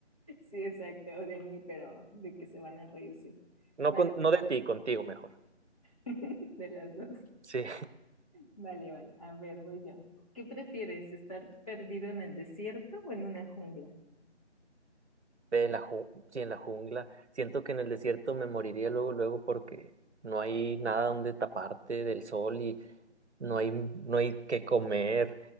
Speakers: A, on the left; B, on the right.
A: Sí, exacto, o de mí, pero de que se van a reír, sí.
B: No
A: Vale,
B: con,
A: vale.
B: no de ti, contigo mejor.
A: <laughs> De las dos.
B: Sí.
A: Vale, vale. A ver, voy yo. ¿Qué prefieres, estar perdido en el desierto o en una jungla?
B: De la ju- sí, en la jungla. Siento que en el desierto me moriría luego, luego porque no hay nada donde taparte del sol y no hay, no hay que comer,